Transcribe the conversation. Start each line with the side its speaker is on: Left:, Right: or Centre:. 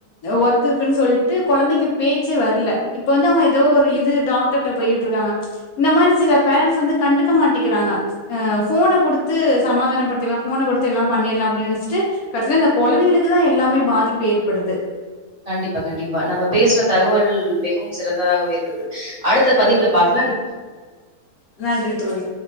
Left: ஒர்க் இருக்குன்னு சொல்ட்டு கொழந்தைக்கு பேச்சே வர்ல இப்ப வந்து அவுங்க தோ ஒரு இது தா விட்ருக்காங் இந்த மாரி சில பேரன்ட்ஸ் வந்து கண்டுக்க மாட்டிக்கிறாங்க அ ஃபோனக் குடுத்து சமாதானப்படுத்திர்லா ஃபோன குடுத்து எல்லா பண்ணிர்லா அப்டின்னு <inaudible> கட்சில்ல இந்த கொழந்திங்களுக்கு தா எல்லாமே பாதிப்பு ஏற்படுது
Right: கண்டிப்பா கண்டிப்பா நம்ம பேசுன தகவல் மிகவும் சிறந்ததாகவே இருந்தது அடுத்த பதிவுல பார்
Left: நன்றி தோழி